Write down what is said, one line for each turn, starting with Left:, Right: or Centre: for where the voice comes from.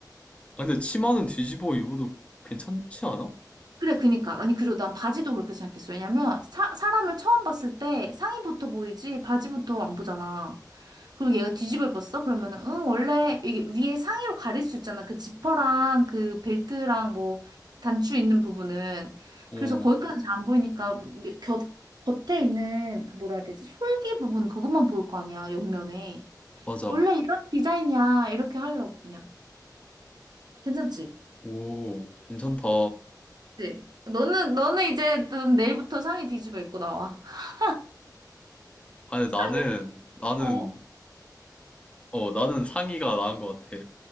Left: 아, 근데 치마는 뒤집어 입어도 괜찮지 않아?
Right: 그래, 그니까. 아니, 그리고 난 바지도 그렇게 생각했어. 왜냐면, 사, 사람을 처음 봤을 때 상의부터 보이지, 바지부터 안 보잖아. 그리고 얘가 뒤집어 입었어? 그러면은, 응, 원래 이게 위에 상의로 가릴 수 있잖아. 그 지퍼랑 그 벨트랑 뭐, 단추 있는 부분은.
Left: 어,
Right: 그래서 거기까지 잘 안 보이니까, 위- 곁, 겉에 있는 그 뭐라 해야 되지? 솔기 부분, 그것만 보일 거 아니야, 옆면에.
Left: 맞아.
Right: 원래 이런 디자인이야. 이렇게 하려고 그냥. 괜찮지?
Left: 오, 괜찮다.
Right: 그치? 너는 너는 이제 넌 내일부터 상의 뒤집어 입고 나와. <laughs>
Left: 아니,
Right: 상의
Left: 나는,
Right: 뒤집어.
Left: 나는
Right: 어.
Left: 어, 나는 상의가 나은 것 같아.